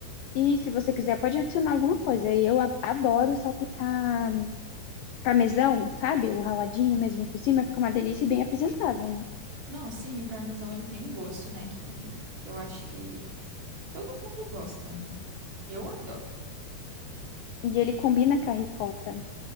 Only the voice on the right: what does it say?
Não, sim, o parmesão ele tem um gosto, né, que, que eu acho que todo mundo gosta, né? Eu adoro.